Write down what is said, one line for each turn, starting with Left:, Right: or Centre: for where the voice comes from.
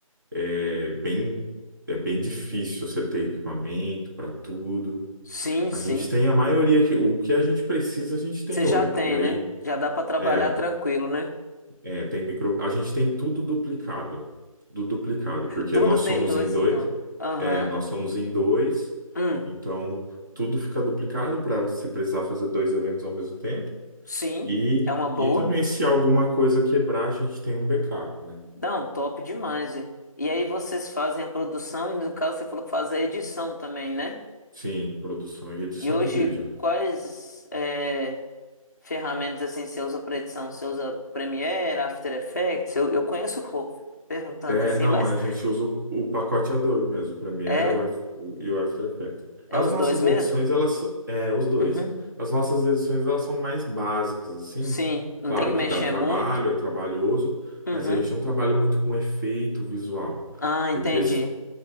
Right: é bem, é bem difícil você ter equipamento para tudo.
Left: Sim,
Right: A
Left: sim.
Right: gente tem a maioria que o que a gente precisa, a gente tem
Left: Você já
Right: hoje.
Left: tem,
Right: E aí,
Left: né? Já dá pra trabalhar
Right: é,
Left: tranquilo, né?
Right: É, tem micro... A gente tem tudo duplicado. Tudo duplicado, porque
Left: Tudo
Right: nós somos
Left: tem dois,
Right: em dois.
Left: então. Aham.
Right: É, nós somos em dois,
Left: Hum,
Right: então tudo fica duplicado para se precisar fazer dois eventos ao mesmo tempo.
Left: sim,
Right: E,
Left: é uma boa.
Right: e também, se alguma coisa quebrar, a gente tem um backup, né?
Left: Não, top demais, velho. E aí vocês fazem a produção e no caso você falou que faz a edição também, né?
Right: Sim, produção e edição
Left: E hoje
Right: de vídeo.
Left: quais é, ferramentas assim você usa para edição? Você usa Premiere, After Effects? Eu, eu conheço pouco, tô perguntando
Right: É,
Left: assim,
Right: não,
Left: mas
Right: a gente usa o, o pacote Adobe mesmo, o Premiere
Left: é
Right: o Af- o- e o After Effects.
Left: é
Right: As
Left: os
Right: nossas
Left: dois mesmo?
Right: edições, elas são, é, os dois.
Left: Uhum.
Right: As nossas edições, elas são mais básicas, assim.
Left: Sim, não
Right: Claro
Left: tem que mexer
Right: que dá trabalho,
Left: muito.
Right: é trabalhoso,
Left: Uhum.
Right: mas a gente não trabalha muito com efeito visual,
Left: Ah, entendi.
Right: porque, s-